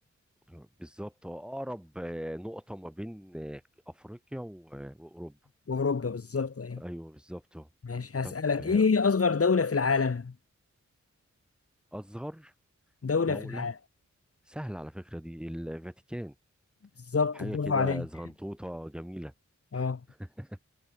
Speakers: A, in the centre; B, on the left.
A: بالظبط اه اقرب آه، نقطه ما بين آه، افريقيا و- آه، واوروبا
B: واوروبا بالظبط اهي
A: ايوه بالظبط اه.
B: ماشي هسألك
A: طب آه،
B: ايه هي اصغر دولة في العالم
A: اصغر
B: دولة
A: دوله
B: في العالم
A: سهله على فكره دي الفاتيكان
B: بالظبط
A: حاجه
B: برافو
A: كده
B: عليك
A: زغنطوطه جميله
B: اه
A: <laughs>